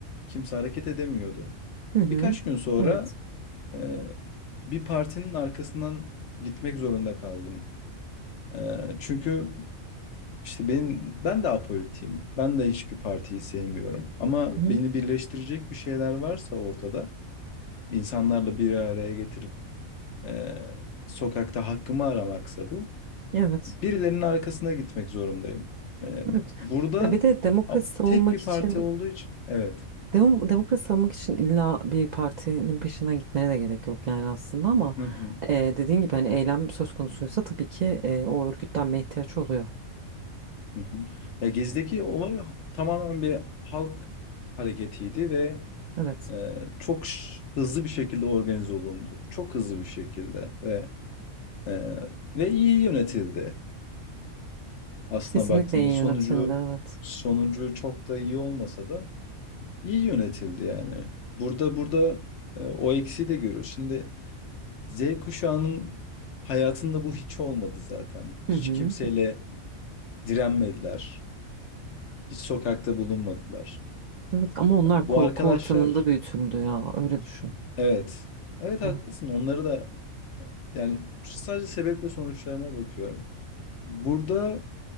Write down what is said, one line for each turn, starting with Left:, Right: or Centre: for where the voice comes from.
Left: kimse hareket edemiyordu.
Right: Hı hı.
Left: Birkaç gün sonra
Right: Evet.
Left: e, bir partinin arkasından gitmek zorunda kaldım. E, çünkü işte ben ben de apolitiyim. Ben de hiçbir partiyi sevmiyorum. Ama
Right: Hı hı.
Left: beni birleştirecek bir şeyler varsa ortada, insanlarla bir araya getirip eee, sokakta hakkımı aramaksa bu,
Right: Evet.
Left: birilerinin arkasına gitmek zorundayım. Eee,
Right: Evet.
Left: burada
Right: Ya bir de demokrasi
Left: a-
Right: savunmak
Left: tek bir
Right: için
Left: parti olduğu için, evet.
Right: dem- demokrasi savunmak için illa bir partinin peşinden gitmene de gerek yok yani aslında ama
Left: Hı hı,
Right: e, dediğin gibi hani eylem söz konusuysa tabii ki e, o örgütlenme ihtiyaç oluyor.
Left: hı hı. Ya Gezi'deki olay tamamen bir halk hareketiydi ve
Right: Evet.
Left: eee, çok ş- hızlı bir şekilde organize olundu. Çok hızlı bir şekilde ve Ee, ve iyi yönetildi. Aslına
Right: Kesinlikle
Left: baktığında
Right: iyi
Left: sonucu
Right: yönetildi evet.
Left: sonucu çok da iyi olmasa da iyi yönetildi yani. Burada burada e, o eksiği de görüyoruz. Şimdi Z kuşağının hayatında bu hiç olmadı zaten. Hiç
Right: Hı hı.
Left: kimseyle direnmediler. Hiç sokakta bulunmadılar.
Right: Evet ama onlar
Left: E,
Right: korku
Left: Bu arkadaşlar
Right: ortamında büyütüldü ya öyle düşün.
Left: evet. Evet haklısın.
Right: Evet.
Left: Onları da yani sadece sebep ve sonuçlarına bakıyorum. Burada